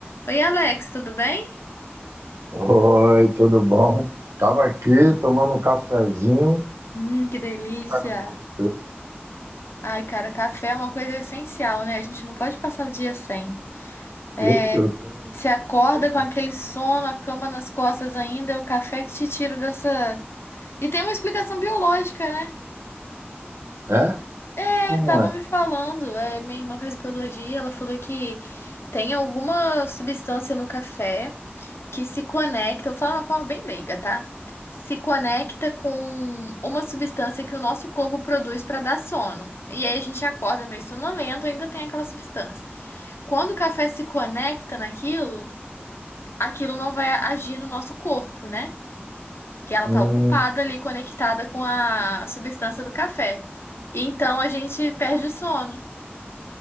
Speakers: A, on the left; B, on the right.
A: Oi, Alex, tudo bem?
B: Oi, tudo bom? Tava aqui tomando um cafezinho,
A: Hum, que delícia!
B: esperando você.
A: Ai, cara, café é uma coisa essencial, né? A gente não pode passar o dia sem. É,
B: Eu, eu tenho um.
A: se acorda
B: eu
A: com
B: tenho-
A: aquele sono, a cama nas costas ainda, é o café que te tira dessa. E tem uma explicação biológica, né?
B: É?
A: É,
B: Como
A: estavam
B: é?
A: me falando. É, minha irmã fez biologia, ela falou que tem alguma substância no café que se conecta, eu falo de uma forma bem leiga, tá? Se conecta com uma substância que o nosso corpo produz para dar sono. E aí a gente acorda meio sonolento, ainda tem aquela substância. Quando o café se conecta naquilo, aquilo não vai agir no nosso corpo, né? que ela
B: Hum,
A: tá ocupada ali, conectada com a substância do café. E então a gente perde o sono.